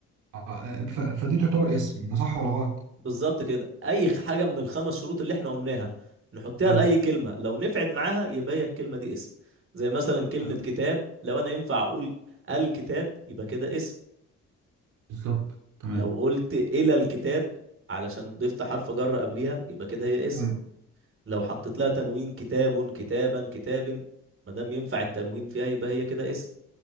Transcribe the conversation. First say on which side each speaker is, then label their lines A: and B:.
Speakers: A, on the right; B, on the right.
A: آه، آه، ف- فدي تعتبر اسم ده صح ولا غلط
B: بالظبط كده اي حاجة من الخمس شروط اللي احنا قلناها نحطها
A: ايوه
B: لأي كلمة لو نفعت معاها يبقى هي الكلمة دي اسم زي مثلا كلمة
A: ايوه
B: كتاب لو انا ينفع اقول الكتاب يبقى كده اسم
A: بالظبط تمام
B: لو قلت إلى الكتاب علشان ضفت حرف جر قبليها يبقى كده هي اسم
A: ايوه
B: لو حطيت لها تنوين كتاب كتابا كتاب ما دام ينفع التنوين فيها يبقى هي كده اسم